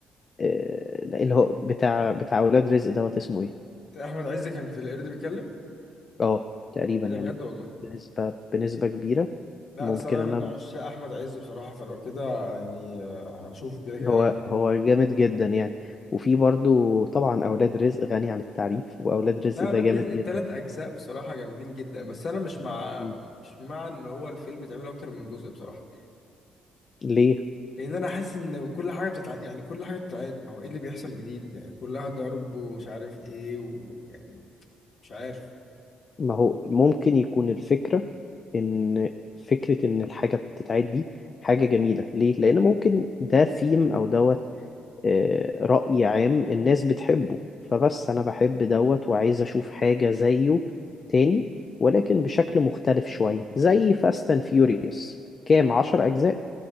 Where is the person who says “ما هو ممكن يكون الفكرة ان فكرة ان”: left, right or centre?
Left